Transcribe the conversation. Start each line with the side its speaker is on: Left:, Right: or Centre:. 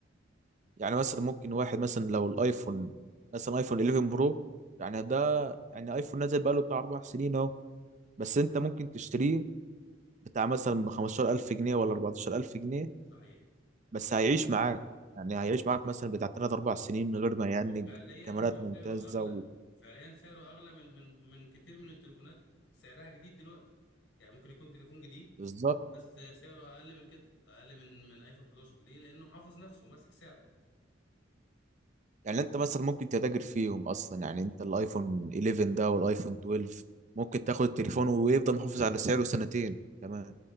Right: يعني مثلا ممكن واحد مثلا لو الايفون مثلا ايفون 11 برو يعني ده يعني ايفون نزل بقاله بتاع اربع سنين اهو بس انت ممكن تشتريه بتاع مثلا ب 15000 جنيه ولا 14000 جنيه
Left: صحيح
Right: بس هيعيش معاك يعني هيعيش معاك
Left: بالظبط
Right: مثلا بتاع 3 4 سنين من غير
Left: و-
Right: ما يهنج
Left: وفعليا
Right: كاميرات
Left: هو
Right: ممتازة
Left: سعره أغلى
Right: و...
Left: فعليا سعره أغلى من من من كتير من التليفونات سعرها جديد دلوقتي يعني ممكن يكون تليفون جديد
Right: بالظبط
Left: بس سعره أقل من كده أقل من من آيفون 11 ليه؟ لأنه حافظ نفسه وماسك سعره
Right: يعني انت مثلا ممكن تتاجر فيهم اصلا يعني انت الايفون 11 ده والايفون 12 ممكن تاخد التليفون ويفضل محافظ على سعره سنتين كمان